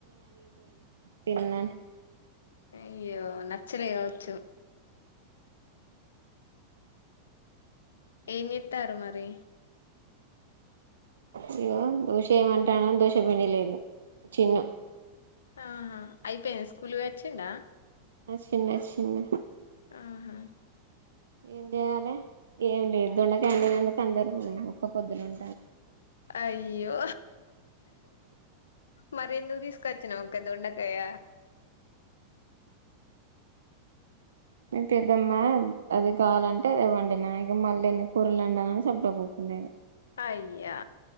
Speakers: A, on the right; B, on the left.
A: తిన్నన్
B: అయ్యో నచ్చలే గావచ్చు ఏం జేత్తారు మరి
A: అయ్యో దోశ ఏమంటాన దోశ పిండి లేదు చిన్న
B: ఆహా అయిపోయింది స్కూల్ బోయ్యిచిండా
A: ఆ చిన్న చిన్న
B: ఆహా
A: ఏం జెయ్యాలే ఏం లేదు దొండ కాయండినందుకు అందరు ఒక్క పొద్దులు ఉం
B: అయ్యో మరి ఎందుతీసుక నవ్ దొండకాయ
A: మీ పెద్దమ్మ అది కావాలంటే అది వండిన ఇక మళ్ళీ కూరలు అండానని చెప్పుడు కూకుండా ఇ
B: అయ్యా